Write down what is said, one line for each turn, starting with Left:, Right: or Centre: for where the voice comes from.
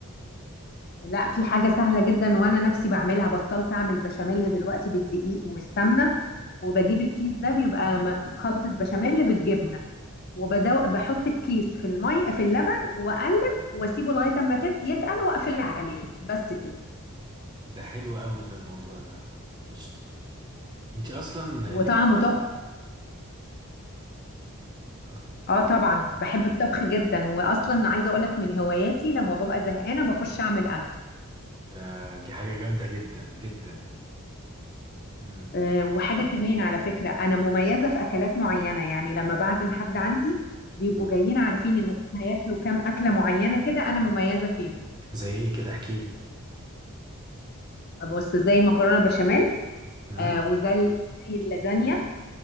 Left: لا في حاجة سهلة جدا وانا نفسي بعملها بطلت اعمل بشاميل دلوقتي بالدقيق والسمنة وبجيب الكيس ده بيبقى م- خلطة بشاميل بالجبنة وبحط الكيس في المي في اللبن واقلب واسيبه لغاية اما تت- يتقل واقفل عليه بس كده
Right: ده حلو قوي ده الموضوع ده قشطة انتي اصلا
Left: وطعمه
Right: ليكي في الطبخ
Left: تحفة
Right: اه
Left: اه طبعا بحب الطبخ جدا واصلا عايزه اقولك من هواياتي لما ببقى زهقانه بخش اعمل اكل
Right: ده- دي حاجة جامدة جدا جدا مم.
Left: أه وحاجه كمان على فكره انا مميزه في اكلات معينه يعني لما بعزم حد عندي بيبقوا
Right: مم.
Left: جايين عارفين ان هم هياكلوا كام اكله معينه كده انا مميزه فيهم
Right: زي ايه كده احكيلي
Left: بص زي المكرونه البشاميل
Right: مم.
Left: أه وزي ال- زي اللازانيا